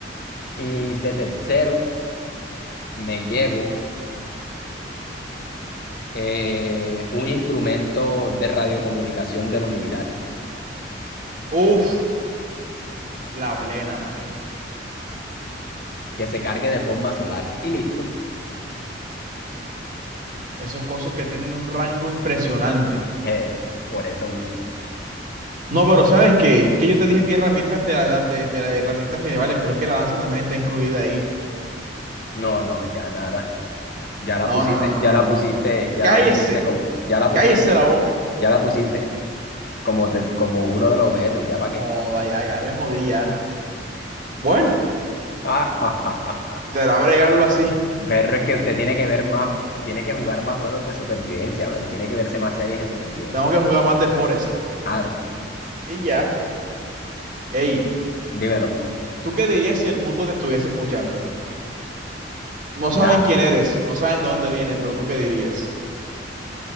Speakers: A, on the left; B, on the right.
A: Y de tercero, me llevo eh, un instrumento de radiocomunicación de los militares,
B: Uf, la plena, marica.
A: que se cargue de forma solar. Y listo,
B: Esos cosos que tienen un rango impresionante.
A: Eh, por eso mismo.
B: No, pero ¿sabes qué? Que yo te dije, tiene herramientas de la edad de, de las herramientas medievales, pero es que la lanza también está incluida ahí.
A: No, no, ya nada. Ya la
B: No,
A: pusiste,
B: no, no, no,
A: ya
B: no,
A: la
B: no,
A: pusiste,
B: no.
A: ya
B: Cállese,
A: la pusiste como, ya la pusiste,
B: cállese la boca.
A: ya la pusiste como, te- como uno de los objetos, ¿ya para
B: Joda,
A: qué? <laughs>
B: ya, ya me jodí ya. Bueno,
A: Ah, ja, ja, ja, ja.
B: será bregarlo así.
A: Pero es que usted tiene que ver más, tiene que jugar más juegos de supervivencia, güey. Tiene que verse más series de supervivencia.
B: <laughs> Tengo que jugar más de Forest.
A: Aro,
B: Y ya. Ey,
A: dímelo.
B: ¿tú qué dirías si el mundo te estuviese escuchando? No
A: Da.
B: saben quién eres, no saben de dónde vienes, pero ¿tú qué dirías?